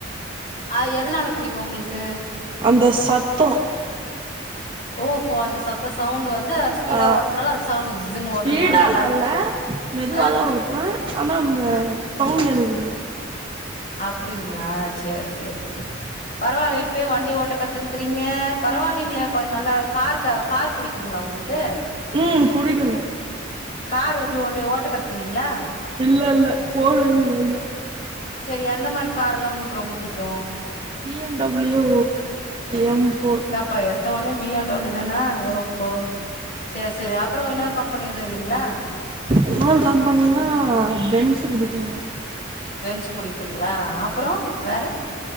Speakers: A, on the left; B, on the right.
A: அது எதனால புடிக்கு உங்களுக்கு
B: அந்த சத்தோ
A: ஓஹோ அந்த சத்த சவுண்டு வந்து ஸ்பீடா
B: ஆ
A: ஓட்றனால அது சவுண்ட் ஜிஸ்ன்னு ஓட்றனால
B: ஸ்பீடால்லா
A: நல்லா இருக்குது
B: இல்ல மெதுவாதா
A: ஆ
B: ஓட்டுவன் ஆனா அந்த
A: ஆ
B: சவுண்டு எனக்கு புடிக்கு
A: அப்டிங்ளா சேரி சேரி சேரி பரவால்ல இப்பயே வண்டி ஓட்ட கத்துன்னுக்கிறீங்க பரவால்லைங்ளே கொஞ்சோ நல்ல கார் கார் புடிக்குங்ளா உங்களுக்கு
B: ம் புடிக்குங்க
A: கார் எப்டி ஓட்ட ஓட்ட கத்துக்குனீங்ளா
B: இல்ல இல்ல போன லீவ்ந்தா
A: சரி எந்த மாரி கார் எல்லா உங்களுக்கு ரொம்ப புடிக்கு
B: B M W, M four
A: அப்பா எடுத்த ஒன்னே பி எம் டபிள்யூதானா ஓகோ சேர் சேரி அப்றோ இன்னொரு கம்பெனி எதுவு இல்லைங்ளா
B: இன்னொரு கம்பெனினா பென்ஸு புடிக்குங்க
A: பென்ஸ் புடிக்குங்ளா அப்றோ வேற